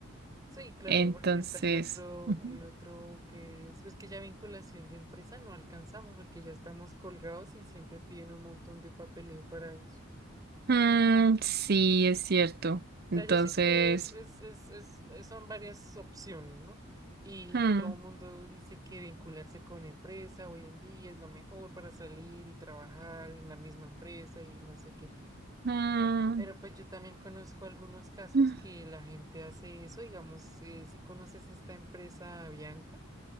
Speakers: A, on the right (about 20°); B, on the right (about 50°).
A: sí, claro,
B: Entonces.
A: porque está el otro,
B: ujú.
A: el otro que es, pues que ya vinculación de empresa no alcanzamos porque ya estamos colgados y siempre piden un montón de papeleo para eso.
B: Mm, sí, es cierto.
A: sea,
B: Entonces,
A: yo sé que es, es, es, es- es- son varias opciones, ¿no? Y
B: hmm,
A: todo el mundo dice que vincularse con empresa hoy en día es lo mejor para salir y trabajar en la misma empresa y no sé qué.
B: mm,
A: Pero pues yo también conozco algunos casos
B: mm,
A: que la gente hace eso, digamos, eh, si conoces esta empresa Bianca.